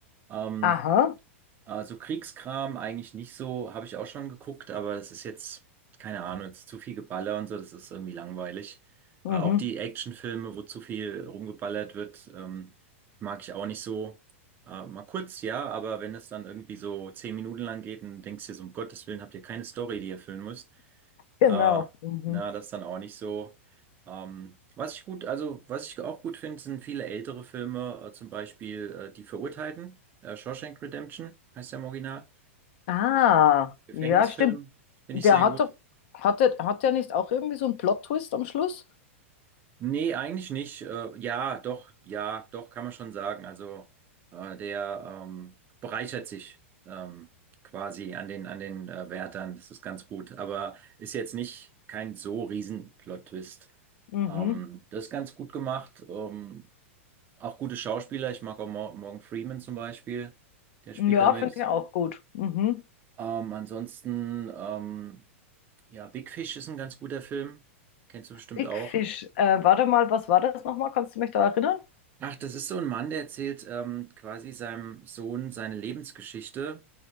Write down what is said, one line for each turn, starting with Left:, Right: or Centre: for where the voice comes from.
Right: Ähm,
Left: Aha,
Right: Also Kriegskram eigentlich nicht so, habe ich auch schon geguckt, aber das ist jetzt, keine Ahnung, jetzt zu viel Geballer und so, das ist irgendwie langweilig.
Left: mhm.
Right: Äh, auch die Actionfilme, wo zu viel rumgeballert wird, ähm, mag ich auch nicht so. Äh, mal kurz, ja, aber wenn es dann irgendwie so zehn Minuten lang geht und denkst dir so, um Gottes Willen, habt ihr keine Story, die ihr füllen müsst,
Left: genau.
Right: aber
Left: Mhm.
Right: na, das ist dann auch nicht so. Ähm, was ich gut, also was ich auch gut finde, sind viele ältere Filme, äh, zum Beispiel äh, Die Verurteilten, äh, Shawshank Redemption heißt der im Original.
Left: Ah,
Right: Gefängnisfilm
Left: ja, stimmt.
Right: finde
Left: Der
Right: ich sehr
Left: hat
Right: gut.
Left: doch, hat der, hat der nicht auch irgendwie so einen Plot-Twist am Schluss?
Right: Nee, eigentlich nicht. Äh, ja, doch, ja, doch, kann man schon sagen. Also äh, der ähm, bereichert sich ähm, quasi an den an den äh, Wärtern. Das ist ganz gut. Aber ist jetzt nicht kein so riesen Plot-Twist.
Left: Mhm.
Right: Ähm, das ist ganz gut gemacht. Ähm, auch gute Schauspieler. Ich mag auch Mor Morgan Freeman zum Beispiel. Der spielt
Left: Ja,
Right: damit.
Left: finde ich auch gut. Mhm.
Right: Ähm, ansonsten, ähm, ja, Big Fish ist ein ganz guter Film. Kennst du bestimmt
Left: Big
Right: auch.
Left: Fish. Äh, warte mal, was war das nochmal? Kannst du mich da erinnern?
Right: Ach, das ist so ein Mann, der erzählt ähm, quasi seinem Sohn seine Lebensgeschichte,